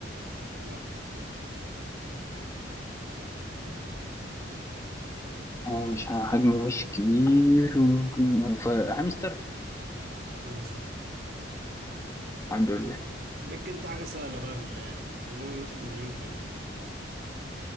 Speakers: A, on the right; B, on the left.
A: لا
B: آه، مش ه- حجمه مش كبير ممكن- فهامستر
A: هامستر صح
B: الحمد لله
A: بك انت حاجة سهلة بقى بالله يعني خلينا نختم اليوم حلو